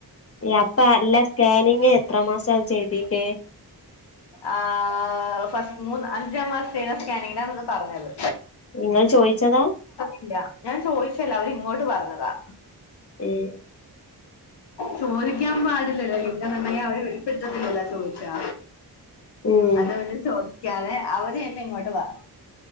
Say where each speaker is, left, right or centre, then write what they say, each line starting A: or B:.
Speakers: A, on the left; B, on the left.
A: അപ്പൊ അല്ല സ്കാനിങ് എത്ര മാസ ചെയ്തിന്റെ
B: ആ ഫസ്റ്റ് മൂന്ന് അഞ്ചാം മാസ ത സ്കാനിങ്ങിലാണ് പറഞ്ഞത്
A: നിങ്ങൾ ചോയിച്ചതാ
B: ഇല്ല ഞാൻ ചോദിച്ചല്ല അവരി ഇങ്ങോട്ട് പറഞ്ഞതാ
A: ഉം
B: ചോദിക്കാൻ പാടില്ലല്ലോ ലിങ്ക നിർണയം അവരെ വെളിപ്പെടുത്തത്തില്ലല്ലോ ചോദിച്ചാ
A: ഉം
B: അതുകൊണ്ട് ചോദിക്കാനെ അവർ തന്ന ഇങ്ങോട്ട് വ